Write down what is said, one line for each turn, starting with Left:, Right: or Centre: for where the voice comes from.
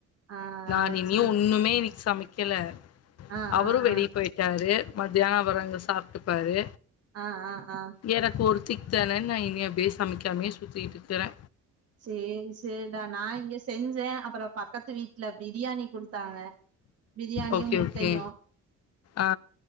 Right: ஆ
Left: நா
Right: ஆ
Left: இன்னியு
Right: சேரி
Left: ஒன்னுமே இன்னிக் சமைக் கல
Right: ஆ
Left: அவரு
Right: ஆ
Left: வெளியே
Right: ஆ
Left: போய்ட்டாரு மத்யானோ அவரங்க சாப்ட்டுப்பாரு
Right: ஆ ஆ ஆ
Left: எனக் ஒருத்திக் தானே நா இனி அப்டியே சமைக்காமே சுத்திட்ருக்கிறே
Right: சேரி சேரிடா நா இங்க செஞ்சே அப்புறோ பக்கத்து வீட்ல பிரியாணி குடுத் தாங்க பிரியாணியு
Left: ஓகே
Right: முட்டையு
Left: ஓகே ஆ